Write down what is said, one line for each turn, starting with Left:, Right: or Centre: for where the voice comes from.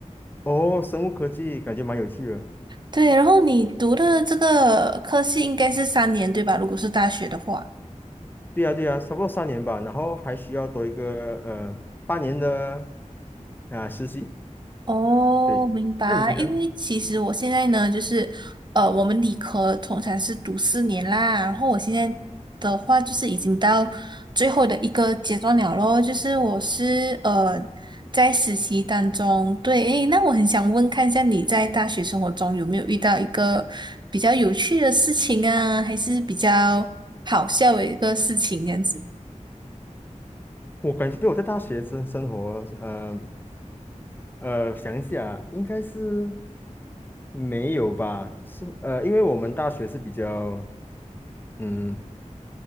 Left: 哦，生物科技感觉蛮有趣的。
Right: 对，然后你读的这个科系应该是三年对吧？如果是大学的话。
Left: 对啊，对啊，差不多三年吧，然后还需要多一个呃半年的啊、实习。
Right: 哦，
Left: 对，
Right: 明白。
Left: 那你呢？
Right: 因为其实我现在呢，就是呃，我们理科通常是读四年啦，然后我现在的话就是已经到最后的一个阶段了咯，就是我是呃在实习当中。对，诶，那我很想问看一下你在大学生活中有没有遇到一个比较有趣的事情啊，还是比较好笑的一个事情这样子？
Left: 我感觉我在大学生生活，呃呃，想一下，应该是没有吧？是呃，因为我们大学是比较嗯